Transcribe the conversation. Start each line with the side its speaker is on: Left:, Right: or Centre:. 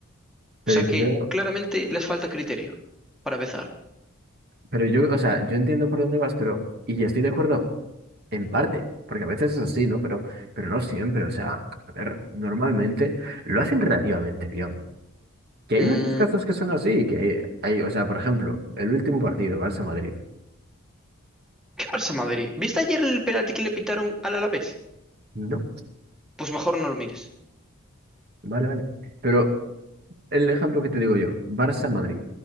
Right: Pero
Centre: O sea
Right: yo
Centre: que
Right: creo,
Centre: claramente les falta criterio, para empezar.
Right: pero yo, o sea, yo entiendo por dónde vas, pero, y ya estoy de acuerdo en parte, porque a veces es así, ¿no? Pero, pero no siempre, o sea, a ver, normalmente lo hacen relativamente bien. Que hay
Centre: Mm,
Right: muchos casos que son así, que hay, hay, o sea, por ejemplo, el último partido, Barça-Madrid.
Centre: ¿qué pasa, Madrid? ¿Viste ayer el penalti que le pitaron al Alavés?
Right: No,
Centre: Pues mejor no lo mires.
Right: vale, vale. Pero el ejemplo que te digo yo, Barça-Madrid.